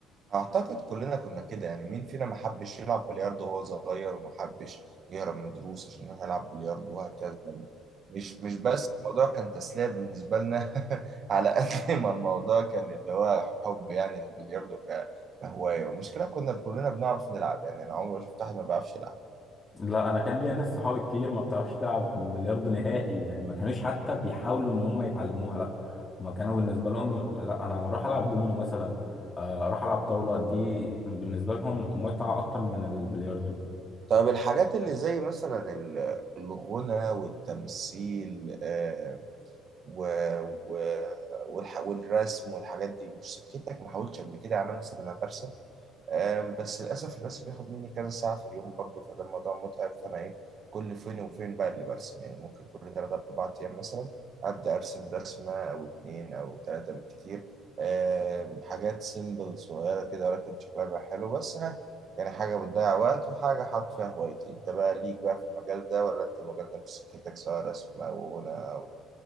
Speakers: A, on the right (about 40°); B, on the left (about 15°).
A: أعتقد كلنا كنا كده يعني مين فينا ما حبش يلعب بلياردو وهو صغير وما حبش يهرب من الدروس عشان يروح يلعب بلياردو وهكذا يعني مش مش بس الموضوع كان تسلية بالنسبة لنا <laughs> على قد ما الموضوع كان اللي هو حب يعني البلياردو ك- كهواية والمشكلة كنا كلنا بنعرف نلعب يعني أنا عمري ما شفت أحد ما بيعرفش يلعب
B: لا انا كان ليا ناس صحابي كتير ما بتعرفش تلعب بلياردو نهائي يعني ما كانوش حتى بيحاولوا ان هم يتعلموها لا ما كانوا بالنسبه لهم لا انا اروح العب دومينو مثلا آه، اروح العب طاوله دي بالنسبه لهم متعه اكتر من البلياردو
A: طب الحاجات اللي زي مثلا ال- الغنى والتمثيل آه، و... و... والح... والرسم والحاجات دي مش سكتك ما حاولتش قبل كده يعني أنا مثلا انا برسم آم، بس للأسف الرسم بياخد مني كذا ساعة في اليوم برضه فده الموضوع متعب فأنا إيه كل فين وفين بقى اللي برسم يعني ممكن كل تلات أربع أيام مثلا أبدأ أرسم رسمة أو اتنين أو تلاتة بالكتير آم، حاجات سيمبل صغيرة كده ولكن شكلها بقى حلو بس ها يعني حاجة بتضيع وقت وحاجة حاط فيها هوايتي أنت بقى ليك بقى في المجال ده ولا أنت المجال ده مش سكتك سواء رسم أو غنى أو